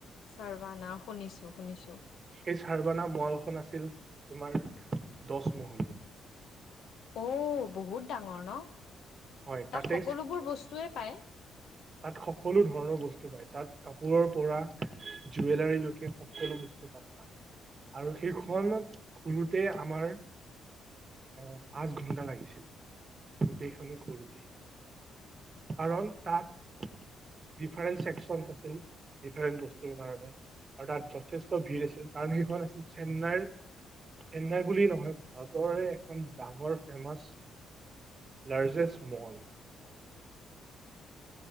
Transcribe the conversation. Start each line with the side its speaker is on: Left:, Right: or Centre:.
Left: চাৰ্বানা শুনিছোঁ শুনিছোঁ
Right: এই ছাৰ্বানা মলখন আছিল তোমাৰ দহ মহলীয়া
Left: অ বহুত ডাঙৰ ন তাত
Right: হয় তাতে
Left: সকলোবোৰ বস্তুয়ে পায়
Right: তাত সকলো ধৰণৰ বস্তু পায় তাত কাপোৰৰ পৰা জুৱেলাৰীলৈকে সকলো বস্তু তাত পায় আৰু সেইখনত ঘুৰোতে আমাৰ এ পাঁচ ঘন্টা লাগিছিল গোটেইখন ঘুৰোতেই কাৰণ তাত ডিফাৰেন্ট ছেকচন আছিল ডিফাৰেণ্ট বস্তুৰ কাৰণে আৰু তাত যথেষ্ট ভিৰ আছিল কাৰণ সেইখন আছিল চেন্নাইৰ চেন্নাই বুলি নহয় ভাৰতৰে এখন ডাঙৰ ফেমাছ লাৰ্জেষ্ট মল